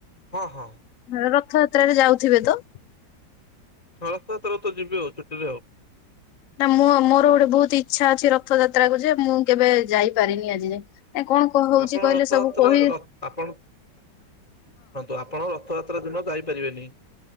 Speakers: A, on the left; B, on the left.
A: ହଁ ହଁ।
B: <unintelligible> ରଥଯାତ୍ରାରେ ଯାଉଥିବେ ତ?
A: ହଁ ରଥଯାତ୍ରା କୁ ତ ଯିବି ଆଉ ଛୁଟି ରେ ଆଉ
B: ନା ମୁଁ ମୋର ଗୋଟେ ବହୁତ ଇଚ୍ଛା ଅଛି ରଥଯାତ୍ରା କୁ ଯେ ମୁଁ କେବେ ଯାଇପାରିନି ଆଜି ଯାଏ। ଏ କଣ? କଣ ହଉଛି
A: ଆପଣ
B: କହିଲେ
A: ରଥଯାତ୍ରା
B: ସବୁ କହି
A: ର ଆପଣ <unintelligible> ତ ରଥଯାତ୍ରା ଦିନ ଯାଇ ପାରିବେନି।